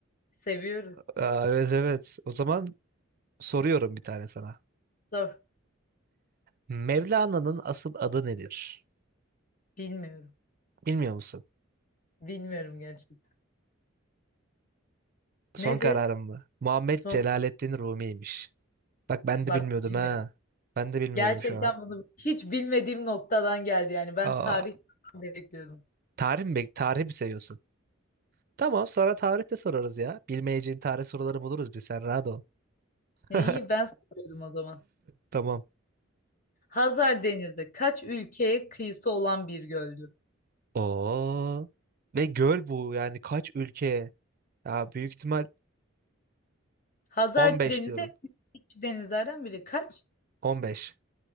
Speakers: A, on the left (about 40°); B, on the right (about 45°).
A: Seviyoruz.
B: Aa, evet evet. O zaman soruyorum bir tane sana.
A: Zor.
B: Mevlana'nın asıl adı nedir?
A: Bilmiyorum.
B: Bilmiyor musun?
A: Bilmiyorum gerçekten.
B: Son
A: Nedir?
B: kararım mı? Muhammed
A: Son
B: Celaleddin Rumi'ymiş. Bak ben
A: bak
B: de bilmiyordum
A: bilmiyorum.
B: ha. Ben de bilmiyordum
A: Gerçekten
B: şu an.
A: bunu hiç bilmediğim noktadan geldi yani. Ben
B: Aa,
A: tarih bekliyordum.
B: tarih mi? Tarih mi seviyorsun? Tamam sana tarih de sorarız ya. Bilmeyeceğin tarih soruları buluruz biz sen rahat ol.
A: Ne
B: <laughs>
A: iyi ben soruyorum o zaman.
B: Tamam.
A: Hazar Denizi kaç ülkeye kıyısı olan bir göldür?
B: Oo. Ve göl bu yani kaç ülke? Ya büyük ihtimal
A: Hazar
B: 15
A: Denizi
B: diyorum.
A: en eski denizlerden biri. Kaç?
B: 15.